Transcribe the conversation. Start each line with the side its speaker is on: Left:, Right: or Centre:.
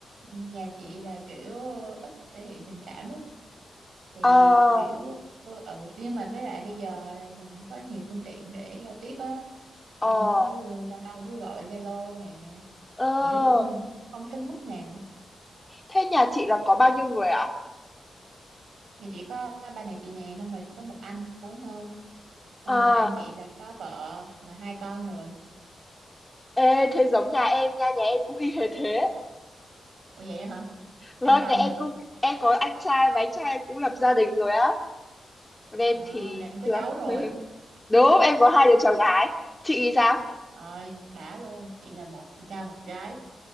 Right: nhà chị là kiểu ít thể hiện tình cảm đó. thì
Left: ờ
Right: kiểu ừ nhưng mà với lại bây giờ là mình có nhiều phương tiện để giao tiếp á ví
Left: ờ
Right: dụ như cứ đâu đâu cứ gọi Zalo nè
Left: ờ
Right: thì nói chung cũng không tới mức nào
Left: thế nhà chị là có bao nhiêu người ạ
Right: thì chỉ có ba mẹ chị nè xong rồi chỉ có một anh lớn hơn xong
Left: à?
Right: rồi anh chị là có vợ và hai con rồi
Left: ê thế giống nhà em nha nhà em cũng y hệt thế
Right: ủa vậy hả
Left: vâng
Right: em có anh
Left: nhà em
Right: hả
Left: cũng em có anh trai và anh trai em cũng lập gia đình rồi á còn em
Right: ờ
Left: thì
Right: là em có
Left: chưa
Right: cháu rồi
Left: <laughs> đúng em có hai đứa cháu gái chị thì sao
Right: rồi đã luôn chị là một cha một gái